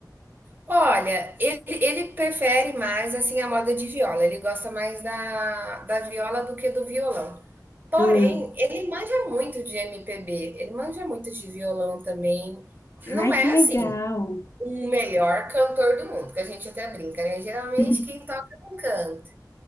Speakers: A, on the right; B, on the left.
A: Olha, ele, ele prefere mais assim a moda de viola. Ele gosta mais da, da viola do que do violão. Porém,
B: Hum.
A: ele manja muito de MPB, ele manja muito de violão também. Não
B: Ai,
A: é
B: que legal!
A: assim o melhor cantor do mundo, que a gente até brinca, né? Geralmente
B: <laughs>
A: quem toca não canta.